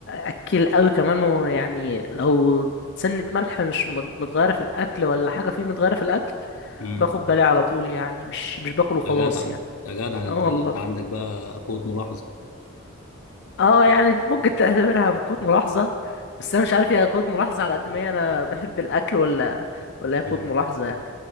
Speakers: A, on the left; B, on the left.
A: اكل قوي كمان ويعني لو سنة ملح مش مت- متغيرة في الاكل ولا حاجة فيه متغيرة في الاكل
B: امم
A: باخد بالي على طول يعني مش مش باكل وخلاص
B: يا جدع
A: يعني
B: يا جدع ده
A: اه
B: انت ده
A: والله
B: انت عندك بقى قوة ملاحظة
A: اه يعني ممكن تعتبرها من قوة ملاحظة بس انا مش عارف هي قوة ملاحظة على قد ما هي انا بحب الاكل ولا ولا هي قوة
B: امم
A: ملاحظة يعني